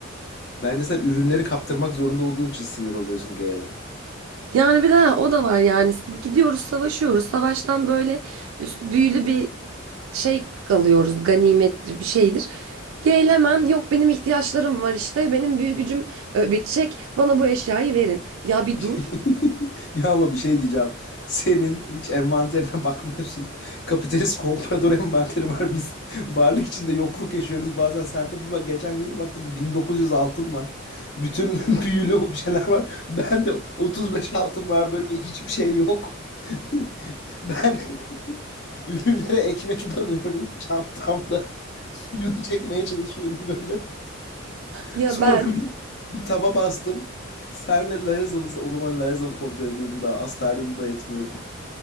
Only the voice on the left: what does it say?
Bence sen ürünleri kaptırmak zorunda olduğun için sinir oluyorsun Gale'a.
<laughs>
Ya ama bir şey diyeceğim. Senin hiç envanterine <laughs> bakmıyorsun. Kapitalist komprador envanteri var. Biz varlık içinde yokluk yaşıyoruz. Bazen sen de bir bak geçen gün bir baktım 1900 altın var. Bütün <laughs> büyülü objeler var. Ben de 35 altın var böyle ve hiçbir şey yok. <laughs> Ben <laughs> ürünlere ekmek banıyorum çantamda. Suyunu çekmeye çalışıyorum böyle.
Sonra
bir, bir taba bastım. Senle Layazalı, o zaman Layazalı kontrol ediyordum daha. Astarion'u da etmiyordum.